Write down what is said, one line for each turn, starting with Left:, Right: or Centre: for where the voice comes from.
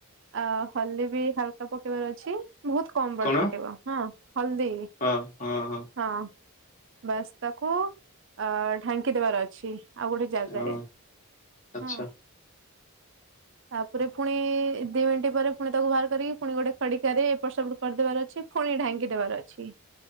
Right: ଆ ହଲଦି ବି ହାଲକା ପକେ କେଇବାର ଅଛି ବହୁତ କମ
Left: କଣ
Right: ବଟ
Left: ହଁ
Right: ପକେଇବ। ହଁ ହଳଦୀ।
Left: ହଁ ହଁହଁ।
Right: ହଁ ବାସ୍ ତାକୁ ଆ ଢାଙ୍କି ଦେବାର ଅଛି ଆଉ ଗୋଟେ ଜାଗାରେ।
Left: ହଁ ଆଚ୍ଛା।
Right: ହଁ ତାପରେ ପୁଣି ଦି ମିନିଟି ପରେ ପୁଣି ତାକୁ ବାହାର କରିକି ପୁଣି ଗୋଟେ ଖଡିକାରେ ଏପଟ ସେପଟ କରିଦେବାର ଅଛି। ପୁଣି ଢାଙ୍କି ଦେବାର ଅଛି।